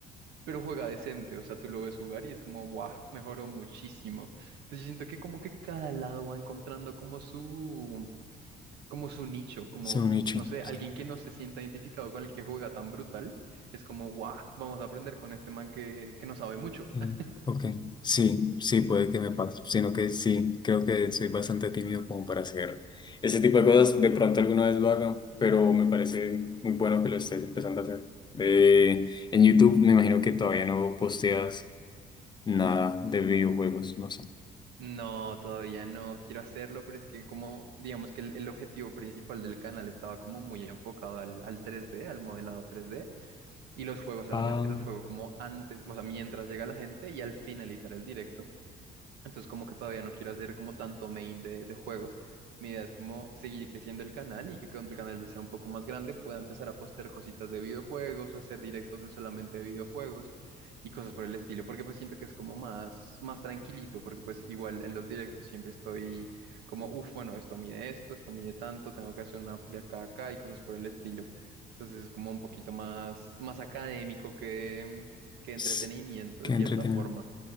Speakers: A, on the right (about 80°); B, on the left (about 25°).
A: pero juega decente, o sea, tú lo ves jugar y es como, wow, mejoró muchísimo. Entonces yo siento que como que cada lado va encontrando como su, como su nicho, como,
B: Son nicho.
A: no sé,
B: sí.
A: alguien que no se sienta identificado con el que juega tan brutal, es como, guau, vamos a aprender con este man que, que no sabe mucho.
B: Mm,
A: <laughs>
B: Ok. Sí, sí, puede que me pase. Sino que sí, creo que soy bastante tímido como para hacer ese tipo de cosas. De pronto alguna vez lo haga, pero me parece muy bueno que lo estés empezando a hacer. Eh, en YouTube me imagino que todavía no posteas nada de videojuegos, no sé.
A: No, todavía no quiero hacerlo, pero es que como, digamos que el, el objetivo principal del canal estaba como muy enfocado al, al tres d al modelado tres d y los juegos solamente
B: Ah,
A: los juego como antes, o sea, mientras llega la gente y al finalizar el directo Entonces como que todavía no quiero hacer como tanto main de, de juegos. Mi idea es como seguir creciendo el canal y que cuando el canal ya sea un poco más grande pueda empezar a postear cositas de videojuegos o hacer directos de solamente de videojuegos y cosas por el estilo, porque pues siento que es como más, más tranquilito, porque pues igual en los directos siempre estoy como, uff, bueno, esto mide esto, esto mide tanto, tengo que hacer una de acá a acá y cosas por el estilo. Entonces es como un poquito más, más académico que, que entretenimiento
B: s- qué
A: de cierta
B: entretenido.
A: forma.